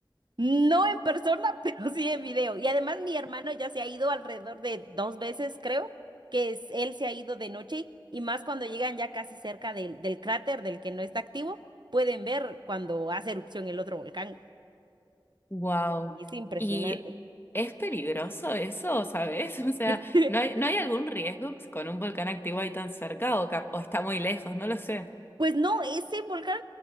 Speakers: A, on the right (about 60°); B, on the left (about 25°).
A: No en persona, <laughs> pero sí en video. Y además mi hermano ya se ha ido alrededor de dos veces, creo, que es, él se ha ido de noche y más cuando llegan ya casi cerca del, del cráter del que no está activo, pueden ver cuando hace erupción el otro volcán.
B: Wow.
A: Y es impresionante.
B: ¿Y es peligroso eso, sabes? <laughs> O sea,
A: <laughs>
B: ¿no hay, no hay algún riesgo con un volcán activo ahí tan cerca o, cap- o está muy lejos? No lo sé.
A: Pues no, ese volcán,